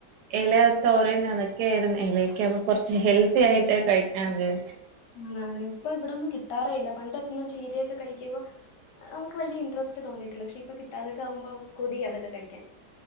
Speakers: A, on the right; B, on the left.
A: എല തോരൻ അതൊക്കെ ആയിരുന്നു എലക്കെ ആകുമ്പ കൊറച്ച് ഹെൽത്തി ആയിട്ട് കഴിക്കാ വിചാരിച്ചു
B: അങ്ങനാണ് ഇപ്പൊ ഇവിടൊന്നും കിട്ടാറേ ഇല്ല പണ്ടൊന്നും ചീരയൊക്കെ കഴിക്കുമ്പോ നമുക്ക് വല്യ ഇൻട്രസ്റ്റ് തോന്നിയിട്ടില്ല പക്ഷെ ഇപ്പൊ കിട്ടാതൊക്കെ ആകുമ്പോ കൊതി അതൊക്കെ കഴിക്കാൻ